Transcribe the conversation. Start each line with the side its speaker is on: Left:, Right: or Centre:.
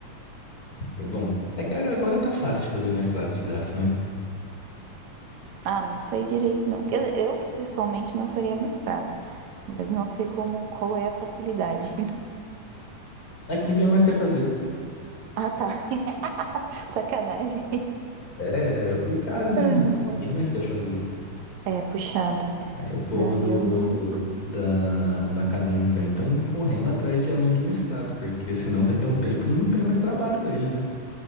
Left: foi bom. É que agora tá fácil fazer mestrado de graça, né?
Right: Ah, não sei direito, não. Quer dizer, eu pessoalmente não faria mestrado, mas não sei como, qual é a facilidade. <laughs>
Left: É que ninguém mais quer fazer.
Right: Ah, tá. <laughs> Sacanagem.
Left: É, é complicado, né?
Right: Ai,
Left: Ninguém mais quer fazer.
Right: É puxado.
Left: Aí o povo
Right: Ah,
Left: do,
Right: eu não.
Left: da, da acadêmica aí estão correndo atrás de aluno de mestrado, porque senão daqui a um tempo não tem mais trabalho pra eles, né?